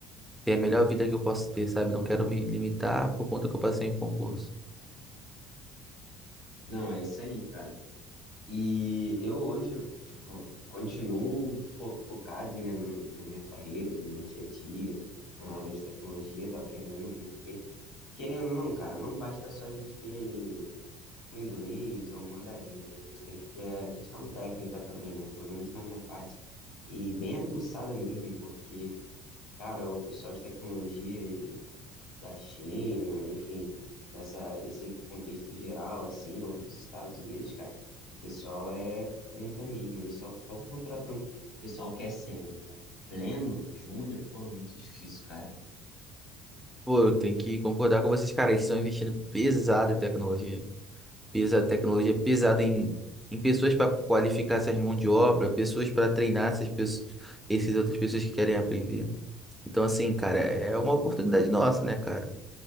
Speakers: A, in the centre; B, on the left (about 60°).
A: ter a melhor vida que eu posso ter, sabe? Não quero me limitar por conta que eu passei em concurso.
B: Não, é isso aí, cara. E eu hoje, tipo, continuo fo- focado, né, no- na minha carreira, no meu dia a dia, na área de tecnologia, tô aprendendo muito, porque, querendo ou não, cara, não basta só a gente ter o inglês ou o mandarim, né, a gente tem que ter a questão técnica também, né, pelo menos na minha parte, e bem aguçada mesmo, porque cara, o pessoal de tecnologia da China, enfim, dessa, desse contexto geral, assim, ou dos Estados Unidos, cara, o pessoal é ponta mesmo, eles só estão contratando pessoal que é sênior. Pleno, júnior, pô, é muito difícil, cara.
A: Pô, eu tenho que concordar com vocês, cara. Eles estão investindo pesado em tecnologia. Pesado em tecnologia, pesado em, em pessoas para qualificar essas mãos de obra, pessoas para treinar essas pessoas, essas outras pessoas que querem aprender. Então, assim, cara, é uma oportunidade nossa, né, cara?